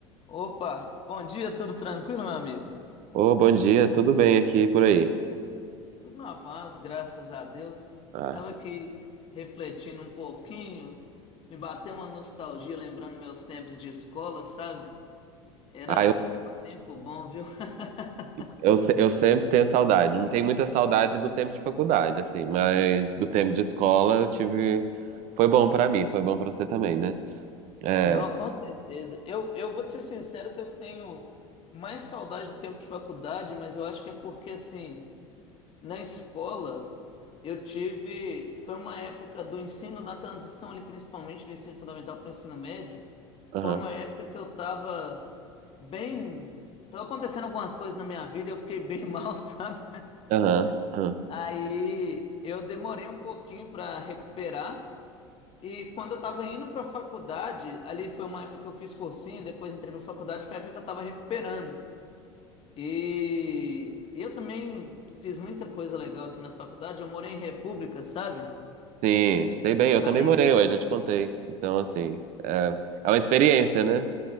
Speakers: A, on the left (about 40°); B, on the right (about 50°).
A: Opa, bom dia, tudo tranquilo, meu amigo?
B: Ô, bom dia, tudo bem aqui e por aí?
A: Tudo na paz, graças a Deus.
B: Ah,
A: Tava aqui refletindo um pouquinho, me bateu uma nostalgia lembrando meus tempos de escola, sabe? Era
B: ah, eu,
A: um tempo bom, viu? <laughs>
B: eu, se- eu sempre tenho saudade. Não tenho muita saudade do tempo de faculdade, assim, mas do tempo de escola eu tive. Foi bom pra mim, foi bom pra você também, né? É,
A: Não, com certeza. Eu, eu vou te ser sincero que eu tenho mais saudade do tempo de faculdade, mas eu acho que é porque, assim, Na escola, eu tive. Foi uma época do ensino, na transição ali, principalmente do ensino fundamental para o ensino médio.
B: aham,
A: Foi uma época que eu tava bem. Tava acontecendo algumas coisas na minha vida, e eu fiquei bem <laughs> mal, sabe?
B: aham, aham.
A: Aí eu demorei um pouquinho para recuperar. E quando eu tava indo para faculdade, ali foi uma época que eu fiz cursinho, depois entrei para faculdade, foi a época que eu tava recuperando. E eu também fiz muita coisa legal assim na faculdade. Eu morei em República, sabe?
B: Sim, sei bem, eu
A: Aí,
B: também morei, eu já te contei. Então, assim, é, é uma experiência, né?